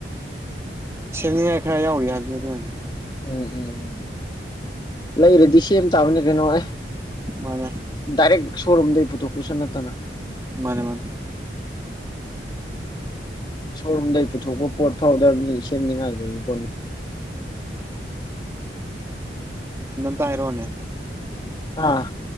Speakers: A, on the right; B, on the left.
A: ꯁꯦꯝꯅꯤꯉꯥꯏ ꯈꯔ ꯌꯥꯎꯔꯤ ꯍꯥꯏꯕꯅꯤ ꯑꯗꯨꯅꯤ
B: ꯎꯝ ꯎꯝ ꯎꯝ ꯂꯩꯔꯗꯤ ꯁꯦꯝ ꯇꯥꯕꯅꯦ ꯀꯩꯅꯣ ꯑꯦ
A: ꯃꯥꯅꯦ
B: ꯗꯏꯔꯦꯛ ꯁꯣꯔꯨꯝꯗ ꯄꯨꯊꯣꯛ ꯄꯨꯁꯅ ꯇꯅ
A: ꯃꯥꯅꯦ ꯃꯥꯅꯦ
B: ꯁꯣꯔꯨꯝꯗꯒꯤꯩ ꯄꯨꯊꯣꯛꯄ ꯄꯣꯠ ꯐꯥꯎꯗꯕꯅꯤ ꯁꯦꯝꯅꯤꯡꯉꯥꯏꯈꯩꯒꯤ ꯄꯣꯠꯅꯤ
A: ꯍꯥꯏꯦꯔꯣꯅꯦ
B: ꯑꯥ